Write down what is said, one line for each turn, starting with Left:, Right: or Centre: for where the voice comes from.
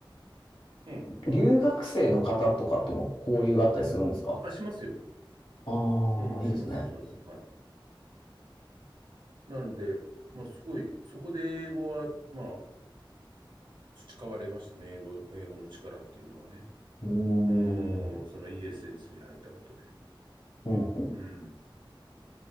Right: うん。
Left: 留学生の方とかとも交流があったりするんですか
Right: あ、しますよ。
Left: ああ、
Right: うん、
Left: いいですね。
Right: します、します。はい。なので、まあ、すごい、そこで英語は、まあ、培われましたね。英語、英語の力っていうのはね。
Left: うー
Right: うん、
Left: ん。
Right: その ESS に入ったことで。
Left: うん。
Right: うん。